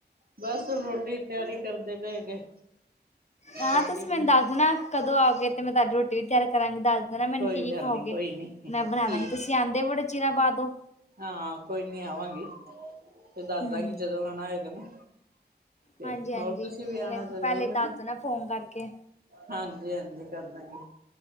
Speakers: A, on the right; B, on the left.
A: ਬਸ ਹੁਣ ਰੋਟੀ ਦੀ ਤਿਆਰੀ ਕਰਦੇ ਪਏ ਹੈਗੇ।
B: ਹਾਂ
A: ਰੋਟੀ
B: ਤੁਸੀਂ ਮੈਨੂੰ ਦੱਸ ਦੇਣਾ ਕਦੋਂ ਆਓਗੇ ਤੇ ਮੈਂ ਤੁਹਾਡੀ ਰੋਟੀ ਵੀ ਤਿਆਰ ਕਰਾਂਗੀ ਦੱਸ ਦੱਸ ਦੇਣਾ
A: ਕੋਈ
B: ਮੈਨੂੰ ਕੀ
A: ਗੱਲ
B: ਖਾਓਗੇ
A: ਨੀ ਕੋਈ ਨੀ ਠੀਕ
B: ਮੈਂ ਬਣਾ ਲਾਂਗੀ। ਤੁਸੀਂ ਆਂਦੇ ਬੜੇ ਚਿਰਾਂ ਬਾਅਦ ਓ।
A: ਹਾਂ ਕੋਈ ਨੀ ਆਵਾਂਗੀ, ਫਿਰ ਦੱਸ
B: ਹੂੰ
A: ਦਾਂਗੀ ਜਦੋਂ ਆਣਾ ਹੋਏਗਾ ਨਾ। ਫਿਰ
B: ਹਾਂਜੀ ਹਾਂਜੀ
A: ਹੋਰ ਤੁਸੀਂ ਵੀ ਆਣਾ
B: ਮੈਨੂੰ
A: ਜ਼ਰੂਰ
B: ਪਹਿਲੇ ਦੱਸ
A: ਹੈ?
B: ਦੇਣਾ ਫੋਨ ਕਰਕੇ।
A: ਹਾਂਜੀ ਹਾਂਜੀ ਕਰਦਾ ਗੀ।